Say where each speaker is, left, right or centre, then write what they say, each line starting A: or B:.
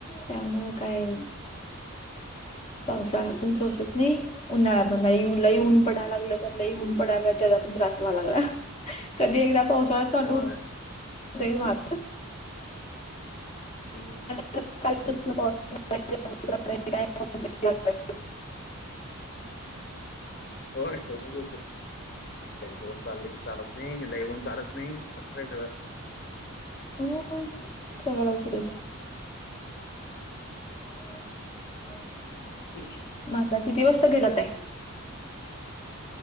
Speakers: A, on the left; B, on the left.
A: त्यामुळे काय,? पावसाळा पण सोसत नही, उन्हाळ्यात पन बाई लई उऊन पडायला लागलं तर लई उन पडायला त्याचा पण त्रास व्हायला लागला, कधी एकदा पावसाळा चालू
B: होय
A: का वा <unintelligible>
B: हम्म.
A: कालपासून पाऊस पडतोय <unintelligible>
B: होय तसच होते, लई पाऊस चालल की चालत नाही, लई होऊन चालत नाही. नाही खं <unintelligible>
A: ह् सगळंच र <inaudible>
B: ह्म.
A: मग आता किती वाजता गेलात ये?